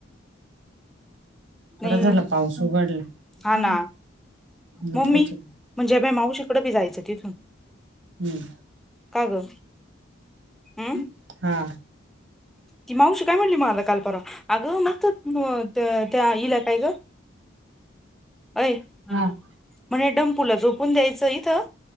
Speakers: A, in the centre; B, on the right.
A: नाही
B: बर झालं पाऊस उघडला.
A: हा ना
B: नकोच
A: मम्मी म्हणजे बा मावशीकडे जायचं तिथून.
B: हम्म
A: का ग हम्
B: <unintelligible> <inaudible> हा
A: ती मावशी काय म्हटली मणाला काल परवा अगं मगत त्या <inaudible> हईला काय ग.. अय
B: हा
A: <inaudible> म्हणजे डमपूलाचो कोण द्यायचं इथं,